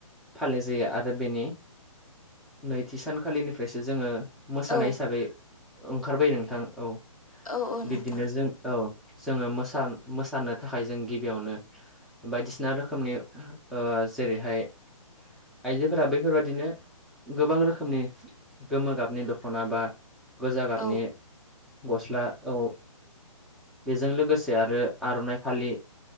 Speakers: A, in the centre; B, on the left.
A: फालि जायो आरो बेनि नैथि सानखालिनिफ्रायसो जोङो मोसानाय
B: औ
A: हिसाबै ओंखारबाय नोंथां औ
B: औ औ नोंथां
A: बिब्दिनो जों औ जोङो मोसा मोसानो थाखाय जों गिबियावनो बायदिसिना रोखोमनि ओ जेरैहाय आइजोफोरा बैफोरबादिनो गोबां रोखोमनि गोमो गाबनि दख'ना बा गोजा गाबनि
B: औ
A: गस्ला औ बेजों लोगोसे आरो आर'नाइ फालि